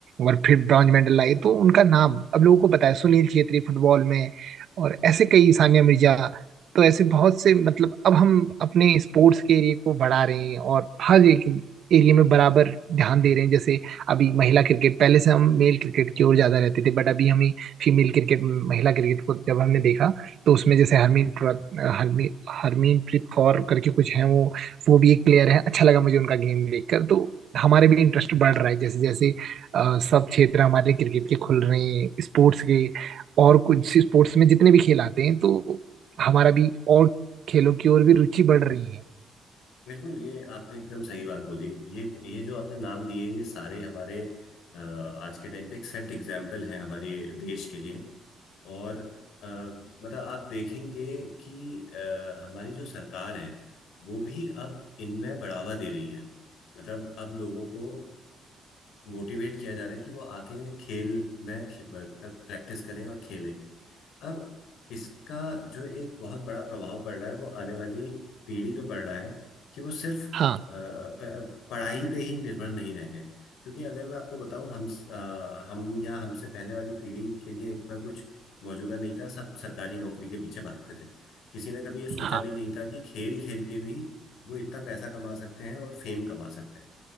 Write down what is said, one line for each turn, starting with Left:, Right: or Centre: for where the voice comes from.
Right: और फिर ब्रॉन्ज मेडल लाए तो उनका नाम अब लोगों को पता है सुनील छेत्री फुटबॉल में और ऐसे कई सानिया मिर्जा तो ऐसे बहुत से मतलब अब हम अपने स्पोर्ट्स के एरिया को बढ़ा रहे हैं और हर एक एरिया में बराबर ध्यान दे रहे हैं जैसे अभी महिला क्रिकेट पहले से हम मेल क्रिकेट की ओर ज्यादा रहते थे बट अभी हमें फीमेल क्रिकेट महिला क्रिकेट को जब हमने देखा तो उसमें जैसे हरमीन हरमीन हरमीनप्रीत कौर करके कुछ है वो वो भी एक प्लेयर है अच्छा लगा मुझे उनका गेम देखकर तो हमारे भी इंटरेस्ट बढ़ रहा है जैसे जैसे अ, सब क्षेत्र हमारे क्रिकेट के खुल रहे हैं स्पोर्ट्स के और कुछ स्पोर्ट्स में जितने भी खेल आते हैं तो हमारा भी और खेलों की ओर भी रुचि बढ़ रही है
Left: बिल्कुल ये आपने एकदम सही बात बोली ये ये जो आपने नाम लिए ये सारे हमारे अ, आज के टाइम पे एक सेट एग्जाम्पल हैं हमारे देश के लिए और अ, मतलब आप देखेंगे कि अ, हमारी जो सरकार है वो भी अब इनमें बढ़ावा दे रही है मतलब अब लोगों को मोटिवेट किया जा रहा है कि वो आके खेल में खे- तक प्रैक्टिस करें और खेलें अब इसका जो एक बहुत बड़ा प्रभाव पड़ रहा है वो आने वाली पीढ़ी पे पड़ रहा है कि वो सिर्फ
Right: हाँ
Left: अ, प- पढ़ाई पे ही निर्भर नहीं रह गए क्योंकि अगर मैं आपको बताऊं हम अ, हम या हमसे पहले वाली पीढ़ी के लिए इतना कुछ मौजूदा नहीं था सब सरकारी नौकरी के पीछे भागते थे किसी ने कभी ये सोचा
Right: हाँ
Left: भी नहीं था कि खेल खेल के भी वो इतना पैसा कमा सकते हैं और फेम कमा सकते हैं